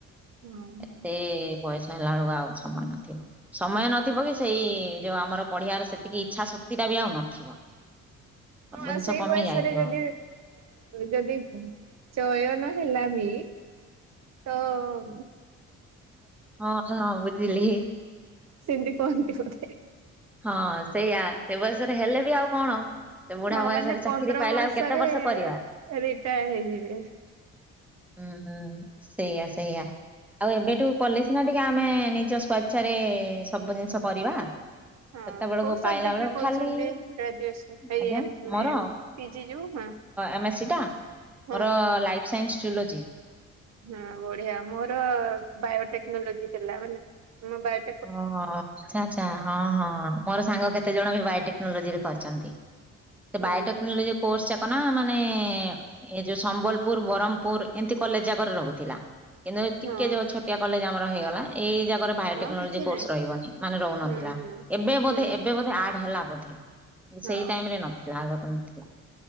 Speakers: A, on the right (about 60°); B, in the centre.
A: ହଁ ହଁ।
B: ଏତେ ବୟଷ ହେଲା ବେଳକୁ ଆଉ ସମୟ ନଥିବ। ସମୟ ନଥିବ କି ସେଇ ଯୋଉ ଆମର ପଢିବାର ସେତିକି ଇଚ୍ଛା ଶକ୍ତି ଟା ବି ଆଉ ନଥିବ। ସବୁ
A: ହଁ
B: ଜିନିଷ
A: ଆଉ ସେଇ
B: କମି
A: ବୟସରେ
B: ଯାଇଥିବ
A: ଯଦି ଯଦି ଚୟନ ହେଲା ବି। ତ।
B: ହଁ ହଁ ବୁଝିଲି।
A: ସେମିତି କହନ୍ତି ବୋଧେ।
B: ହଁ ସେଇଆ ସେ ବୟଷରେ ହେଲେ ବି ଆଉ କଣ ସେ ବୁଢା
A: ହଁ
B: ବୟଷରେ
A: ମାନେ
B: ଚାକିରି
A: ପନ୍ଦର
B: ପାଇଲେ
A: ବର୍ଷରେ
B: ଆଉ କେତେ ବର୍ଷ କରିବା।
A: ରିଟାୟାର ହେଇଯିବେ।
B: ହୁଁ ହୁଁ ସେଇଆ ସେଇଆ ଆଉ ଏବେଠୁ
A: ହୁଁ।
B: କଲେଜେ୍ ସିନା ଟିକେ ଆମେ ନିଜ ସ୍ଵଇଚ୍ଛାରେ ସବୁ ଜିନିଷ କରିବା।
A: ହଁ
B: ସେତେବୋଳୁକୁ
A: କୋଉ ସବଜେକ୍ଟ
B: ପାଇଲା ବେଳୁକୁ
A: ରେ କରୁଛନ୍ତି
B: ଖାଲି ଆଜ୍ଞା
A: ଗ୍ରାଜୁଏସନ ଏଇ ଏମ
B: ମୋର।
A: ଏମ ପିଜି ଯୋଉ ହଁ।
B: ଆମେ ସିଟା
A: ହଁ
B: ମୋର
A: ହଁ
B: ଲାଇଫ୍ ସାଇନ୍ସି ଜୁଲୋଜି।
A: ହଁ ବଢିଆ ମୋର ବାୟୋଟେକ୍ନୋଲୋଜି ଥିଲା ମାନେ ମୁଁ ବୟେ
B: ହୋ ଆଚ୍ଛା ଆଚ୍ଛା ହଁ ମୋର ସାଙ୍ଗ କେତେ ଜଣ ବି ବାୟୋଟେକ୍ନୋଲୋଜିରେ କରିଚନ୍ତି। ସେ
A: ହଁ
B: ବାୟୋଟେକ୍ନୋଲୋଜି
A: ହଁ
B: କୋର୍ସ ଯା କଣ ମାନେ ଏ ଯୋଉ ସମ୍ବଲପୁର ବର ହ୍ମପୁରୁ ଏମିତି କଲେଜେ ଜାକରେ ରହୁଥିଲା। କିନ୍ତୁ ଟିକେ
A: ହଁ
B: ଯୋଉ ଛୋଟିଆ କଲେଜେ ଆମର ହେଇଗଲା ଏଇ ଜାଗାରେ ପା
A: ହଁ
B: ଟେକନୋଲୋଜି
A: କିଛି
B: କୋର୍ସ
A: ନାହିଁ
B: ରହିବନି ମାନେ ରହୁନଥିଲା
A: ହୁଁ ହୁଁ।
B: ଏବେ ବୋଧେ
A: ହୁଁ ହୁଁ
B: ଏବେ ବୋଧେ ଆଡେ ହେଲା ବୋଧେ।
A: ହଁ
B: ସେଇ ଟାଇମ୍ ରେ ନଥିଲା ଆଗରୁ ନଥିଲା।